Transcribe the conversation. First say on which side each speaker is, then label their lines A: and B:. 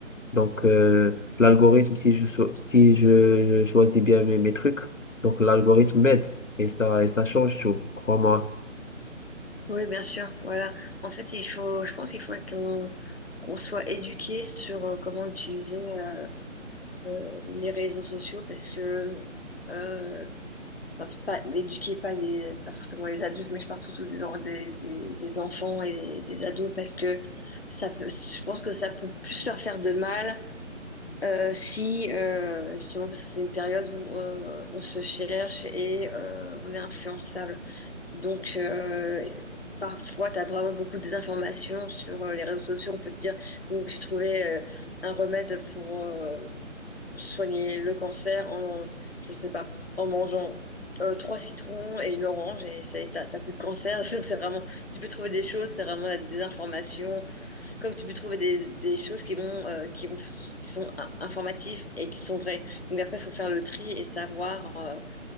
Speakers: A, on the left; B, on the left.
A: donc euh, l'algorithme, si je, cho- si je, je choisis bien mes, mes trucs, donc l'algorithme m'aide et ça, et ça change tout, crois-moi.
B: oui, bien sûr. Voilà. En fait, il faut, je pense qu'il faut qu'on qu'on soit éduqué sur euh, comment utiliser euh, euh, les réseaux sociaux parce que, euh, enfin, c'est pas l'éduquer, pas les, pas forcément les adultes, mais je parle surtout des, en- des, des, des enfants et des ados parce que ça peut, je pense que ça peut plus leur faire de mal. euh, si euh, justement parce que c'est une période où euh, on se cherche et euh, on est influençable. Donc, euh, parfois, tu as vraiment beaucoup de désinformations sur euh, les réseaux sociaux. On peut te dire, donc j'ai trouvé euh, un remède pour, euh, pour soigner le cancer en, je sais pas, en mangeant euh, trois citrons et une orange et ça y est, t'as t'as plus de cancer. <laughs> Donc, c'est vraiment, tu peux trouver des choses, c'est vraiment la désinformation. Comme tu peux trouver des, des choses qui vont, euh, qui vont, qui sont in- informatives et qui sont vraies. Donc, après, il faut faire le tri et savoir. euh,